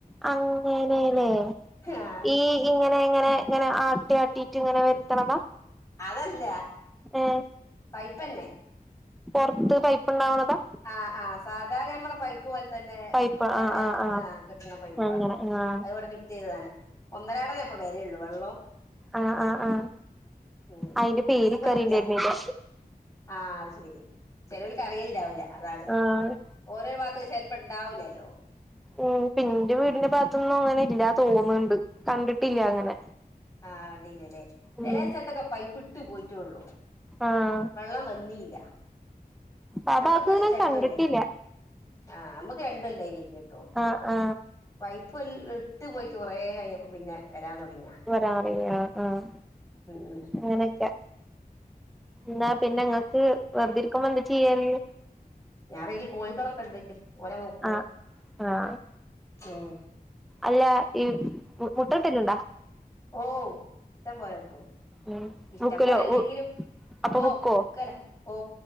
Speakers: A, in the centre; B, on the left (about 20°).
A: അങ്ങനെലേ
B: ആ
A: ഈ ഇങ്ങ ഇങ്ങനെ ഇങ്ങനെ ഇങ്ങനെ ആട്ടിയാട്ടിറ്റ്ങ്ങനെ വര്ത്ത്ണത
B: അതല്ല
A: ഏഹ്
B: പൈപ്പെന്നെ
A: പോർത്ത് പൈപ്പ്ണ്ടാവ ണതാ
B: ആഹ് ആഹ് സാധാ നമ്മളെ പൈപ്പ് പോലെ തന്നെ
A: പൈപ്പ്
B: പഞ്ചായത്ത്ന്ന്
A: ആ ആ ആ
B: ആഹ് കിട്ട്ണെ പൈ പ്പാ
A: അങ്ങനെ ആ
B: അതിവ്ടെ ഫിറ്റെയ്തതാണ് ഒന്നരാടന്നേ ഇപ്പ വേരെള്ളൂ വെള്ളവും
A: ആഹ് ആഹ് ആഹ്
B: ഉം
A: അയിന്റെ പേര്
B: ഇന്നിപ്പോ
A: ക്കറിയണ്ടെര്ന്നില്ല
B: ഇല്ല ആഹ് അത്ശെരി ചെലോൽക്കറിയില്ണ്ടാവൂല അതാണ്
A: ആഹ്
B: ഓരോ വാത്ത്ക്ക് ചെലപ്പോണ്ടാവുലല്ലോ
A: ഉം പിന്റെ വീടിന്റെ ഭാത്തൊന്നും അങ്ങനെല്ലാ തോന്ന്ണ്ട് കണ്ടിട്ടില്ല അങ്ങനെ
B: ആഹ് കണ്ടീലല്ലേ ചെലെ
A: ഉം
B: സ്ഥലത്തൊക്കെ പൈപ്പ് ഇട്ട് പോയിട്ടൊള്ളു
A: ആഹ്
B: വെള്ളം വന്നീല്ല
A: ആ
B: നമ്മക്ക്
A: ഭാഗത്ത്ന്ന് ഞാൻ
B: രണ്ടോല്ലായ്
A: കണ്ടിട്ടില്ല
B: ആഹ് മ്മക്ക് രണ്ടോല്ലായി വര്ന്നിട്ടോ
A: ആ ആ
B: പൈപ്പോല് ഇട്ട് പോയിട്ട് കുറേ കഴിഞ്ഞപ്പോ പിന്നെ വരാൻ തോടങ്ങി
A: വരാറിയാ ആഹ്
B: ഉം
A: അങ്ങനെക്കെ ന്നാ പിന്നെങ്ങക്ക് വെറ്തിരിക്കുമ്പോ ന്ത ചെയ്യല്
B: <unintelligible> കോഴിക്കളെക്കെണ്ട് ഓരെ നോക്കു
A: ആ ആഹ്
B: ഉം
A: അല്ല ഈ മുട്ടട്ടല്ണ്ടാ?
B: ഓ ഇഷ്ടം പോലെ കിട്ടും
A: ഉം
B: ഇഷ്ടം
A: ബുക്കിലോ
B: പോലെല്ലെങ്കിലും
A: അപ്പൊ
B: ഓഹ്
A: ബുക്കോ
B: വിക്കല ഓ